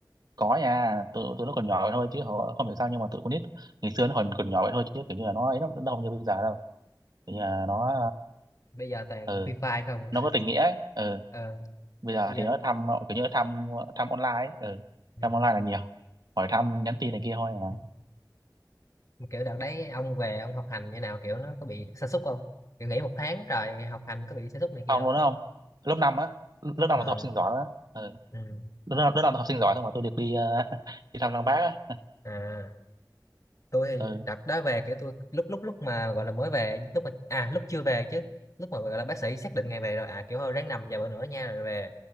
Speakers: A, on the right (about 60°); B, on the left (about 45°).
A: có nha tụi tụi nó còn nhỏ vậy thôi chứ họ không hiểu sao nhưng mà tụi con nít ngày xưa nó còn còn nhỏ vậy thôi chứ kiểu như là nó ấy lắm, nó không như bây giờ đâu kiểu như là nó
B: bây giờ toàn
A: ờ,
B: free fire không à.
A: nó có tình nghĩa ấy. Ừ.
B: ờ,
A: bây giờ
B: bây giờ
A: thì nó thăm kiểu như nó thăm thăm online ấy. Ừ.
B: ừ,
A: thăm online là nhiều hỏi thăm nhắn tin này kia thôi à
B: ừ. kiểu đợt đấy ông về ông học hành như nào kiểu nó có bị sa sút không kiểu nghỉ một tháng trời học hành có bị sa sút này
A: ông
B: kia không
A: luôn đó không lớp năm á lớp năm
B: ờ
A: là tôi học sinh giỏi á ừ.
B: ừ.
A: lớp năm lớp năm là học sinh giỏi thôi mà tôi được đi ờ, <laughs> đi thăm lăng bác á
B: à tôi thì
A: ừ
B: đợt đó về kiểu tôi lúc lúc lúc mà gọi là mới về lúc mà à lúc chưa về chứ lúc mà gọi là bác sĩ xác định ngày về rồi à kiểu thôi ráng nằm vài bữa nữa nha rồi về